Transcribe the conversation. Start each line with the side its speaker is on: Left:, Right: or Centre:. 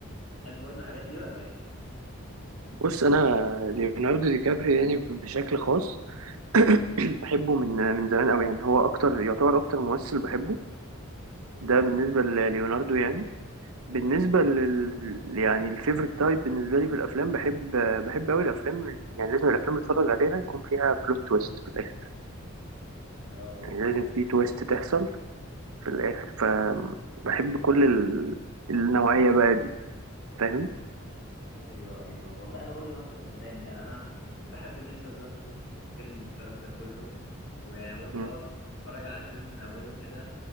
Left: بتحب برضه الحاجات دي ولا ايه
Right: بص انا ليوناردو دي كابري يعني بشكل خاص <clears throat> بحبه من من زمان قوي يعني هو اكتر يعتبر اكتر ممثل بحبه ده بالنسبه لليوناردو يعني بالنسبه لل يعني الفيفورت تايب بالنسبه لي في الافلام بحب بحب قوي الافلام يعني لازم الافلام اللي اتفرج عليها يكون فيها بلوت تويست في الاخر
Left: اه
Right: يعني لازم في تويست تحصل في الآخر فبحب كل ال... النوعية بقى دي فاهم؟
Left: ايوه ايوه والله انا برضو نفس الكلام يعني انا بحب ان يحصل بلوت تويست في الفيلم والكلام ده كله ويعني برضو
Right: مم.
Left: لو اكون متفرج على الفيلم من اوله كده